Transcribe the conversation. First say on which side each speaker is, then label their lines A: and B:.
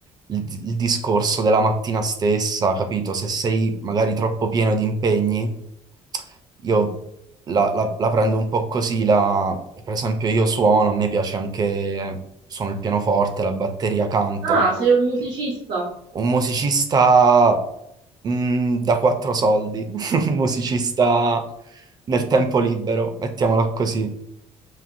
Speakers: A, on the right; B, on the right.
A: discorso della mattina stessa, capito? Se sei magari troppo pieno di impegni, io la, la- la prendo un po' così, la- per esempio io suono, a me piace anche, suono il pianoforte, la batteria, canto.
B: Ah, sei un musicista?
A: Un musicista Mm, da quattro soldi, <laughs> un musicista nel tempo libero, mettiamola così.